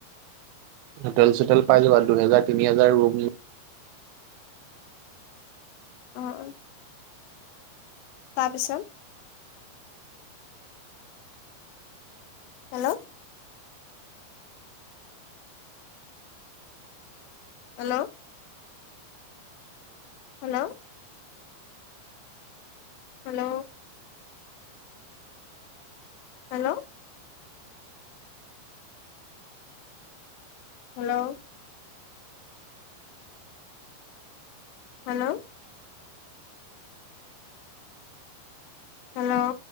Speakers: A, on the right (about 85°); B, on the left (about 80°).
A: হোটেল চোটেল পাই যাবা, দুহেজাৰ তিনি হাজাৰ ৰুম।
B: অঁ অঁ তাৰপিছত hello hello hello hello hello hello hello hello